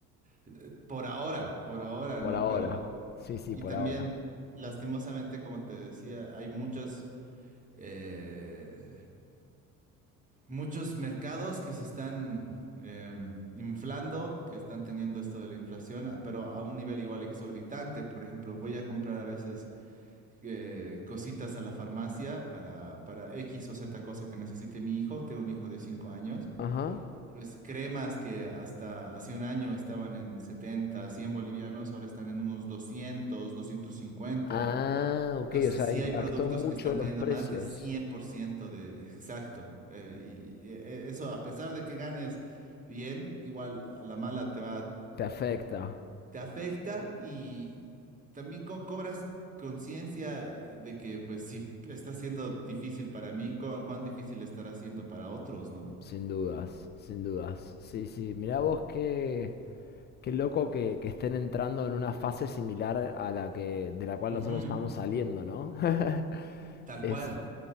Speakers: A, on the right; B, on the left.
A: eh, por ahora, por ahora,
B: por
A: ¿no?
B: ahora.
A: Pero,
B: Sí, sí,
A: y
B: por
A: también,
B: ahora.
A: lastimosamente, como te decía, hay muchos, eh, muchos mercados que se están em, inflando, que están teniendo esto de la inflación, a- pero a un nivel igual exorbitante. Por ejemplo, voy a comprar a veces eh, cositas a la farmacia para, para X o Z cosa que necesite mi hijo. Tengo un hijo de 5 años.
B: Ajá.
A: Pues cremas que hasta hace un año estaban en 70 100 bolivianos, ahora están en unos doscientos doscientos cincuenta
B: Ah, ok,
A: Entonces
B: o sea,
A: sí
B: impactó
A: hay productos
B: mucho
A: que están
B: los
A: teniendo
B: precios.
A: más de 100% de exacto. eh, y eh, eh, eso, a pesar de que ganes bien, igual a la mala te va,
B: Te afecta,
A: te afecta y también co- cobras conciencia eh, de que pues si está siendo difícil para mí, cu- cuán difícil estará siendo para otros, ¿no?
B: sin dudas, sin dudas. Sí, sí, mirá vos qué, qué loco que, que estén entrando en una fase similar a la que, de la cual
A: Ujú,
B: nosotros estamos saliendo, ¿no? <laughs>
A: tal
B: Es,
A: cual.